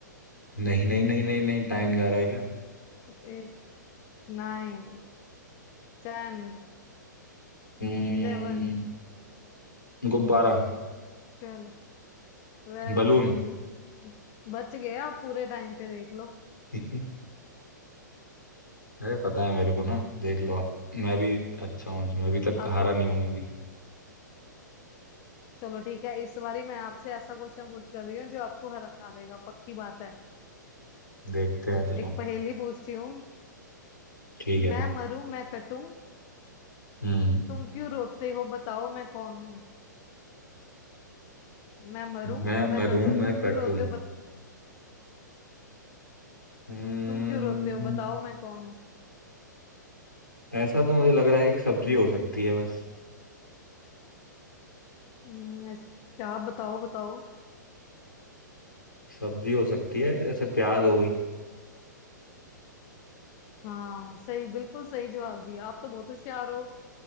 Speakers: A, on the left (about 80°); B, on the left (about 30°).
A: नहीं नहीं नहीं नहीं नहीं टाइम जा रहा है क्या
B: Tick eight Nine Ten
A: आ,
B: Eleven
A: गुब्बारा
B: Twelve Very
A: बलून
B: good बच गए आप पूरे टाइम पे देख लो
A: <laughs> अरे पता है मेरे को ना देख लो आप मैं भी अच्छा हूँ इसमें अभी तक
B: अब
A: हारा नहीं हूं मैं भी
B: चलो ठीक है इस बारी मैं आपसे ऐसा क्वेश्चन पुट कर रही हूँ जो आपको हरा देगा पक्की बात है
A: देखते हैं चलो
B: एक पहेली पूछती हूँ
A: ठीक है
B: मैं मरूं मैं कटूं
A: हम्म
B: तुम क्यों रोते हो बताओ मैं कौन हूं मैं मरूं
A: मैं
B: मैं
A: मरूं
B: कटूं
A: मैं
B: तुम
A: कटूं
B: क्यों रोते हो बत,
A: हम्म
B: तुम क्यों रोते हो बताओ मैं कौन हूँ
A: ऐसा तो मुझे लग रहा है एक सब्जी हो सकती है बस
B: हम्म, ऐस- क्या बताओ बताओ
A: सब्जी हो सकती है जैसे प्याज हो गई
B: हाँ सही बिल्कुल सही जवाब दिया आप तो बहुत होशियार हो